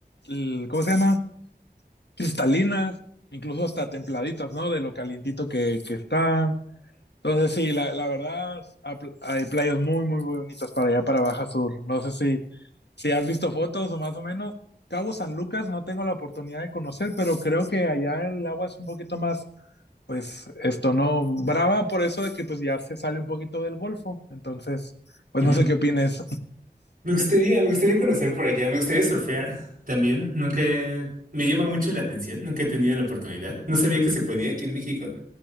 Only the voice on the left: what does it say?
l- ¿cómo se llama? Cristalinas, incluso hasta templaditas, ¿no? De lo calientito que, que están. Entonces, sí, la, la verdad, ha- hay playas muy, muy, muy bonitas para allá, para Baja Sur. No sé si Si has visto fotos o más o menos, Cabo San Lucas no tengo la oportunidad de conocer, pero creo que allá el agua es un poquito más, pues esto no, brava por eso de que pues ya se sale un poquito del golfo. Entonces, pues
no sé qué opines.